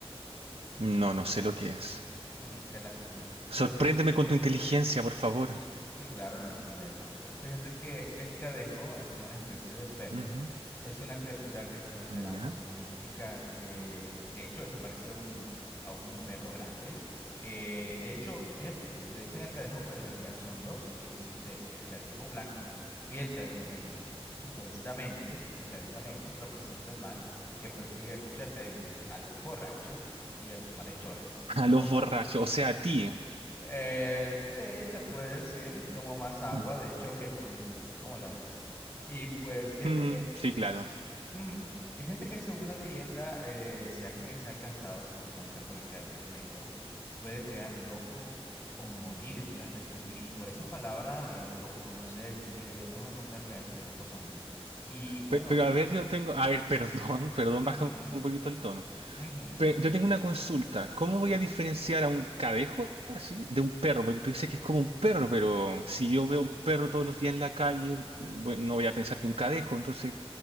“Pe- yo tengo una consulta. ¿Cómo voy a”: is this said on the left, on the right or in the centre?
Right